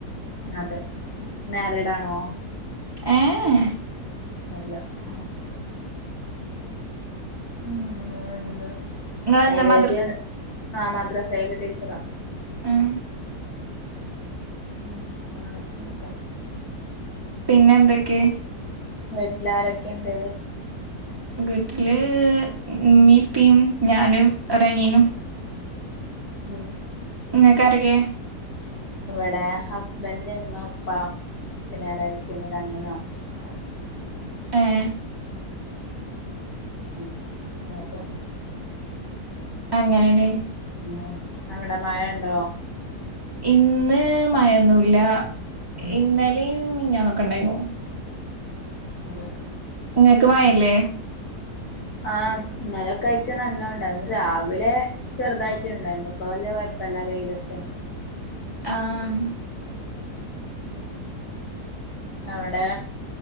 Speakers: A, on the left (about 65°); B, on the right (about 25°).
A: അതെ മാരീഡാണോ
B: ഏഹ്
A: അല്ല ഓക്കെ ഉം എന്ത
B: ഇങ്ങളെന്താ
A: മാരേജ്
B: മദ്രസ്
A: ആഹ് മദ്രസ് സേല് ടീച്ചറാ
B: ഉം
A: ഉം ആഹ് അങ്ങനെ പോണ്
B: പിന്നെ എന്തെക്കെ
A: വീട്ട്ലാരൊക്കണ്ട്
B: വീട്ടില് ഇമ്മിം ഇപ്പിം ഞാനും ഒര് അനിയനും
A: ഉം
B: ഇങ്ങക്കാരൊക്കെ
A: ഇവടെ ഹസ്ബൻഡ് ഇമ്മ ഉപ്പ പിന്നെ എളേയച്ചന് രണ്ട് നാത്തൂന്മാര് ഉം
B: ഏഹ്
A: ഉം <unintelligible>
B: അങ്ങനെലേ
A: ഉം അവിടെ മഴെണ്ടോ
B: ഇന്ന് മഴൊന്നുല്ല ഇന്നലിം മിഞ്ഞാന്നൊക്ക ഇണ്ടേയിരുന്നു
A: അതെ
B: ഇങ്ങക്ക് മയല്ലേ?
A: ആഹ്. ഇന്നലൊക്കെ ആയിട്ട് നല്ലോം ഇണ്ടായ്ന്നു. ഇന്ന് രാവിലെ ചെറ് തായിട്ട് ഇണ്ടായ്ന്നു. ഇപ്പ വല്യ കൊയ്പ്പല്ല വെയിലൊക്കെണ്ട്.
B: ആഹ്.
A: അവടെ